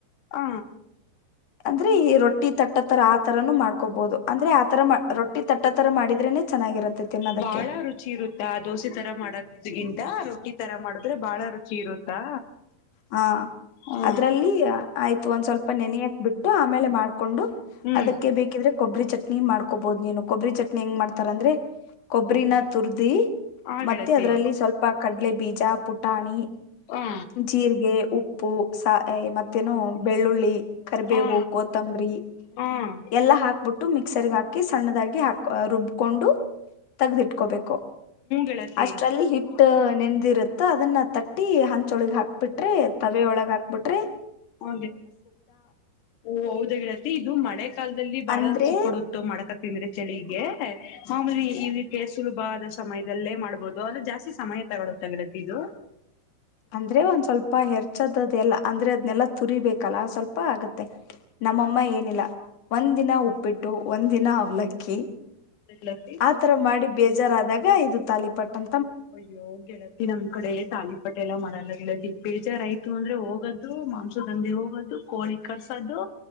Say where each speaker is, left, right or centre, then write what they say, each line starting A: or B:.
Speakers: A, on the left; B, on the left.
A: ಆ
B: ಅಂದ್ರೆ ಈ ರೊಟ್ಟಿ ತಟ್ಟ ತರ ಆತರನು ಮಾಡ್ಕೋಬೋುದು ಅಂದ್ರೆ ಆತರ ರೊಟ್ಟಿ ತಟ್ಟ ತರ ಮಾಡಿದ್ರೇನೆ ಚೆನ್ನಾಗಿರತ್ತೆ ತಿನ್ನೋದಕ್ಕೆ
A: ಬಾಳ ರುಚಿ ಇರುತ್ತಾ ದೋಸೆ ತರ ಮಾಡೋದ್ಗಿಂತರುಿ ಈ ತರ ಮಾಡಿದ್ರೆ ಬಾಳ ರುಚಿ ಇರುತ್ತಾ
B: ಹಾ
A: ಹಾ
B: ಅದ್ರಲ್ಲಿ ಆಯ್ತು ಒಂದ್ ಸ್ವಲ್ಪ ನೆನೆಯಕ್ ಬಿಟ್ಟು ಆಮೇಲೆ ಮಾಡ್ಕೊಂಡು
A: ಹ್ಮ್
B: ಅದಕ್ಕೆ ಬೇಕಿದ್ರೆ ಕೊಬ್ಬರಿ ಚಟ್ನಿ ಮಾಡ್ಕೋಬಹದು ನೀನು ಕೊಬ್ಬರಿ ಚಟ್ನಿ ಹೆಂಗ್ ಮಾಡ್ತಾರ ಅಂದ್ರೆ ಕೊಬ್ಬರಿನ ತುರ್ದಿ
A: ಆ
B: ಮತ್ತೆ
A: ಗೆಳತಿ
B: ಅದ್ರಲ್ಲಿ ಸ್ವಲ್ಪ ಕಡ್ಲೆ ಬೀಜ ಪುಟ್ಟಾಣಿ
A: ಹಾ
B: ಜೀರಿಗೆ ಉಪ್ಪ ಉಪ್ಪು ಸ ಮತ್ತೇನು ಬೆಳ್ಳುಳ್ಳಿ ಕರಿಬೇವು
A: ಹಾ
B: ಕೊತ್ತಂಬರಿ
A: ಹಾ ಹ್ಮ
B: ಎಲ್ಲಾ ಹಾಕ್ಬಿಟ್ಟು ಮಿಕ್ಸರ್ ಹಾಕ್ ಹಾಕಿ ಸಣ್ಣದಾಗಿ ಹಾಕ ರುಬ್ಕೊಂಡು ತಗ್ದಿಟ್ಕೋಬೇಕು
A: ಗೆಳತಿ
B: ಅಷ್ಟ್ರಲ್ಲಿ ಹಿಟ್ಟ ನೆನ್ ಇರುತ್ತ ಅದನ್ನ ತ ಈ ಹಂಚೊಳಗ ಹಾಕ್ಬಿಟ್ರೆ ತವೆ ಒಳಗ ಹಾಕ್ಬಿಟ್ರಿ
A: ಹ ಓ ಹೌದಳತಿ ಇದು ಮಳೆ ಕಾಲದಲ್ಲಿ ಬಾಳ
B: ಅಂದ್ರೆ
A: ರುಚಿ ಕೊಡುತ್ತು ಮಾಡಕ ತಿಂದ್ರೆ ಚಳಿಗೆ ಮಾಮೂಲಿ ಇದಕ್ಕೆ ಸುಲಭ ಆದ ಸಮಯದಲ್ಲೇ ಮಾಡ್ಬಹುದು ಅದು ಜಾಸ್ತಿ ಸಮಯ ತಗೊಳ ತಗಲತ್ತ ಇದು
B: ಅಂದ್ರೆ ಒಂದ್ ಸ್ವಲ್ಪ ಹೆರ್ಚ್ಚದದ ಎಲ್ಲ ಅಂದ್ರೆ ಅದ್ನೆೆಲ್ಲ ತುರಿಬೇಕಲ್ಲ ಸ್ವಲ್ಪ ಆಗತ್ತೆ ನಮ್ಮಮ್ಮ ಏನಿಲ್ಲ ಒಂದ್ ದಿನ ಉಪ್ಪಿಟ್ಟು ಒಂದ್ ದಿನ ಅವ್ಲಕ್ಕಿ
A: ಗೆಳತಿ
B: ಆತರ ಮಾಡಿ ಬೇಜಾರಾದಾಗ ಈ ಇದು ತಾಲಿಪಟ್ಟಂ
A: ಅಯ್ಯೋ ಗೆಳತಿ ನಮ್ ಕಡೆ ತಾಲಿ ಪೆಲ್ಲ ಮಾಡಲ್ಲ ಹೇಳದ ಬೇಜಾರಾಯತು ಅಂದ್ರೆ ಹೋಗದದು ಮಾಂಸದಂದಿ ಹೋಗೋದ್ದದು ಕೋಳಿ ಕರ್ಸೋದು